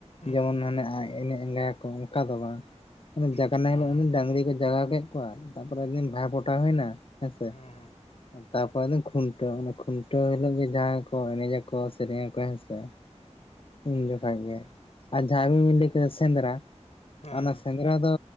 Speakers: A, on the left (about 50°); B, on the left (about 65°).
A: ᱡᱮᱢᱚᱱ
B: ᱦᱩᱸ ᱦᱩᱸ
A: ᱦᱟᱱᱮ
B: ᱦᱩᱸ
A: ᱟᱡ ᱮᱱᱮᱡ ᱟᱸᱜᱟᱭᱟᱠᱚ ᱚᱝᱠᱟ ᱫᱚ ᱵᱟᱝ᱾ ᱚᱱᱮᱵᱡᱟᱜᱱᱟ
B: ᱦᱩᱸ
A: ᱦᱤᱞᱚᱜ ᱮᱢᱱᱤ ᱰᱟᱝᱨᱤ ᱠᱚ ᱡᱟᱜᱟᱣ ᱠᱮᱫ ᱠᱚᱣᱟ᱾ ᱛᱟᱯᱚᱨᱮ ᱫᱤᱱ ᱵᱷᱟᱭ ᱵᱷᱚᱴᱟ ᱦᱩᱭᱱᱟ᱾ ᱦᱮᱸᱥᱮ᱾
B: ᱦᱩᱸ ᱦᱩᱸ ᱦᱩᱸ ᱦᱮᱸ ᱦᱮᱸ
A: ᱛᱟᱯᱚᱨᱮ ᱫᱚ ᱠᱷᱩᱱᱴᱟᱹᱣ ᱚᱱᱮ ᱠᱷᱩᱱᱴᱟᱹᱣ ᱦᱤᱞᱳ ᱜᱮ ᱡᱟᱦᱟᱸᱭ ᱠᱚ ᱮᱱᱮᱡᱟᱠᱚ ᱥᱮᱨᱮᱧᱟᱠᱚ ᱦᱮᱸᱥᱮ᱾
B: ᱦᱮᱸ
A: ᱩᱱ ᱡᱚᱠᱷᱟ ᱜᱮ ᱟᱨ ᱡᱟᱦᱟᱸ ᱟᱹᱵᱤᱱ ᱵᱤᱱ ᱞᱟᱹᱭ ᱠᱮᱫᱟ ᱥᱮᱸᱫᱽᱨᱟ
B: ᱦᱮᱸ
A: ᱚᱱᱟ
B: ᱦᱮᱸ
A: ᱥᱮᱸ ᱫᱽᱨᱟ ᱫᱚ